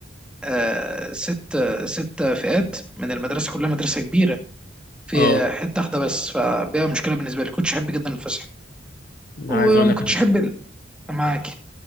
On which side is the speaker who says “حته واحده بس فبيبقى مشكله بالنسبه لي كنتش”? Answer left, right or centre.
Centre